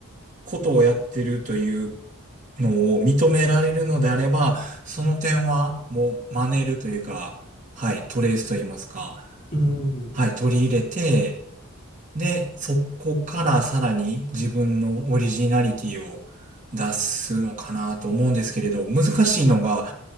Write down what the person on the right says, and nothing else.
ことをやってるというのを認められるのであれば、その点はもう真似るというか、はい、トレースと言いますか、
はい、取り入れて、で、そこからさらに自分のオリジナリティを出すのかなと思うんですけれど、難しいのが、